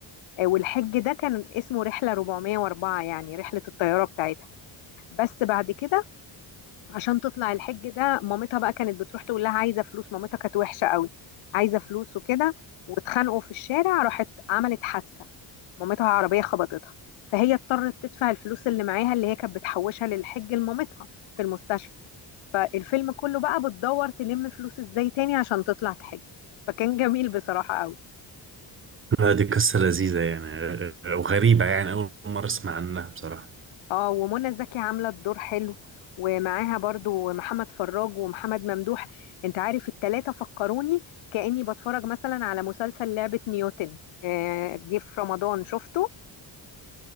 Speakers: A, on the left; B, on the right.
A: آه والحج ده كان اسمه رحلة 404 يعني رحلة الطيارة بتاعتها بس بعد كده عشان تطلع الحج ده مامتها بقى كانت بتروح تقول لها عايزه فلوس مامتها كانت وحشه قوي عايزه فلوس وكده واتخانقوا في الشارع راحت عملت حادثه مامتها عربيه خبطتها فهي اضطرت تدفع الفلوس اللي معاها اللي هي كانت بتحوشها للحج لمامتها في المستشفى فالفيلم كله بقى بتدور تلم فلوس ازاي تاني عشان تطلع تحج فكان جميل بصراحه قوي
B: لا دي قصة لذيذة يعني وغريبة يعني أول مرة أسمع عنها بصراحة
A: اه ومنى زكي عامله الدور حلو ومعاها برضو محمد فراج ومحمد ممدوح انت عارف التلاتة فكروني كأني بتفرج مثلا على مسلسل لعبة نيوتن آه، جه في رمضان شفته